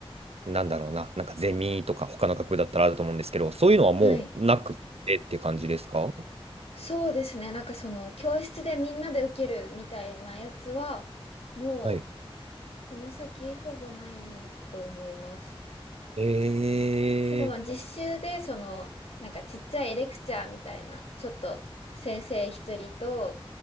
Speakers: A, on the right; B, on the left.
A: なんだろうな、なんかゼミとか、他の学部だったらあると思うんですけど、そういうのはもうなくてって感じですか
B: はい。そうですね。なんかその教室でみんなで受けるみたいなやつは、もう
A: はい。
B: この先ほぼないと思います。
A: え
B: けどまあ実習でその、なんかちっちゃいレクチャーみたいな、ちょっと先生一人と